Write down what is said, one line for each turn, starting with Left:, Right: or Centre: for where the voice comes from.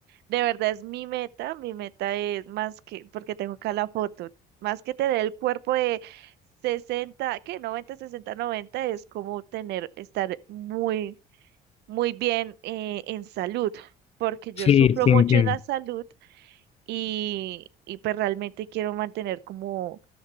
Right: de verdad es mi meta. Mi meta es más que, porque tengo acá la foto, más que tener el cuerpo de 60 que 90 60 90 es como tener, estar muy, muy bien eh, en salud, porque yo
Left: sí,
Right: sufro
Left: sí,
Right: mucho
Left: entiendo.
Right: en la salud y, y pues realmente quiero mantener como